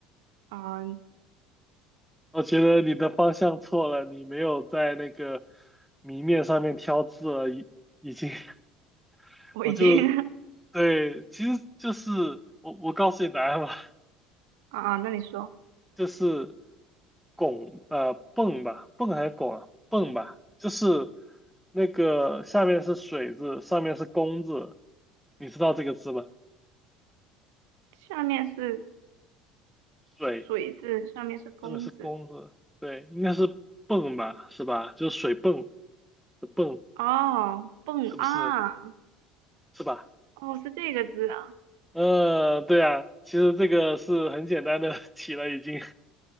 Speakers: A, on the right; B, in the centre.
A: 啊、
B: 我觉得你的方向错了，你没有在那个谜面上面挑字了，已已经，<laughs>
A: 我已经
B: 我就
A: <laughs>
B: 对，其实就是我我告诉你答案吧，
A: 啊，那你说，
B: 就是拱呃泵吧，泵还是拱啊？泵吧，就是那个下面是水字，上面是弓字，你知道这个字吗？
A: 下面是
B: 水。
A: 水字，上面是弓字，
B: 这个是弓字，对，应该是泵吧，是吧？就是水泵的泵，
A: 哦，蹦啊，
B: 是不是？是吧？
A: 哦，是这个字啊，
B: 呃，对啊，其实这个是很简单的 <laughs> 题了，已经。